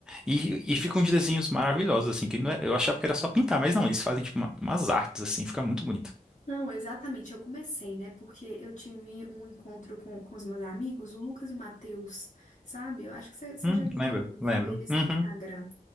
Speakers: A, in the centre; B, on the left.
A: E, e ficam uns desenhos maravilhosos, assim, que não é, eu achava que era só pintar, mas não, eles fazem tipo uma- umas artes, assim, fica muito bonito.
B: Não, exatamente, eu comecei, né? Porque eu tive um encontro com, com os meus amigos, o Lucas e o Matheus, sabe? Eu acho que você você
A: Hum,
B: já viu,
A: lembro,
B: viu
A: lembro.
B: eles
A: Uhum,
B: no Instagram.